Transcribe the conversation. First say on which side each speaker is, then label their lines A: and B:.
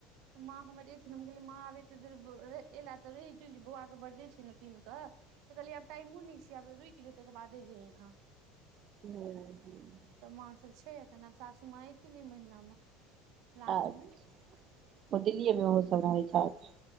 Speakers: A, on the right; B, on the right.
A: तऽ माँ हमर एथिन हम कहलियै माँ आब एते देर एला तऽ रहि जो बौआ के बर्थडे छै ने तीन क तऽ कहलियै आब टाइमो नै छै आब रुकि जो ताहिके बादे जैहैं।
B: <unintelligible>
A: तऽ माँ सब छै एखन आब सासूमाँ एथिन इ महिना मे। लास्ट
B: आच्छा
A: मे
B: ओ दिल्लीए मे ओहो सब रहै छैथि।